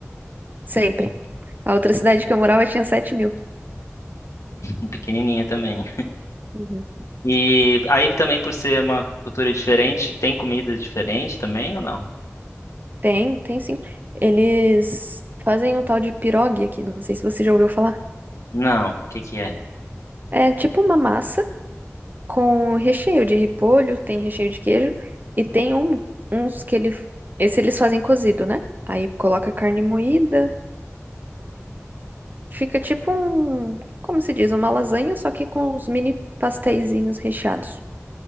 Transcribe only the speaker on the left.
<laughs> pequenininha também.
E aí também por ser uma cultura diferente, tem comidas diferentes também ou não?
Não. O que que é?